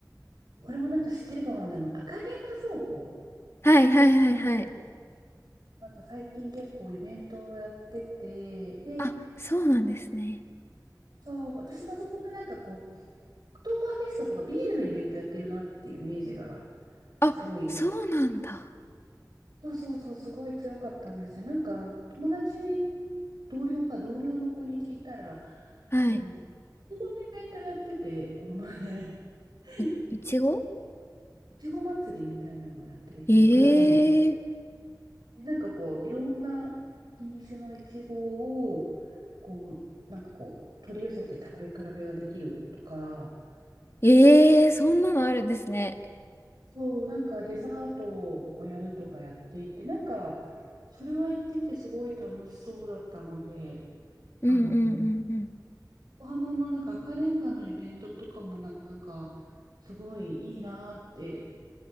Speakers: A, on the right; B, on the left.
A: これもなんか知ってるかもなんで、あの、赤レンガ倉庫。
B: <laughs> はいはいはいはい。
A: なんか最近結構イベントをやってて、で、
B: あ、そうなんですね。
A: そう、私もそこでなんかこう、クトーバーフェストとかビールのイベントやってるなっていうイメージが、
B: あ、
A: すごい、
B: そうなんだ。
A: そうそうそう、すごい強かったんですよ。なんか、友達に、同僚か同僚の子に聞いたら、
B: はい。
A: あの、いちごのイベントやってて、この前、<laughs>
B: い、いちご
A: いちご祭りみたいなのをやっていて、
B: ええー、
A: 果物の。でなんかこう、いろんな品種のいちごを、こう、なんかこう、取り寄せて食べ比べができるとか、
B: ええー、そんなのあるんですね。
A: そう、なんかデザートをやるとかやっていて、なんか、それは言っててすごい楽しそうだったので、
B: うんうんうんうん。
A: あの、横浜のなんか赤レンガのイベントとかもなんか、すごいいいなって